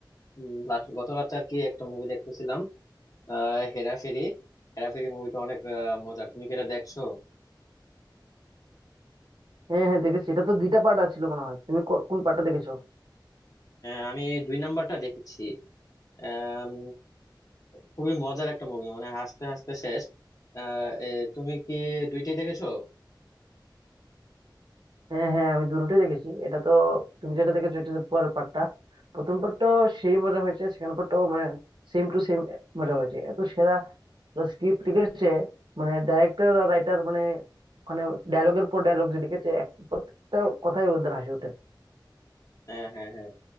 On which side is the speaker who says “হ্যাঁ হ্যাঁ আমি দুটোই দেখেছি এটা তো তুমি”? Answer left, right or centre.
Right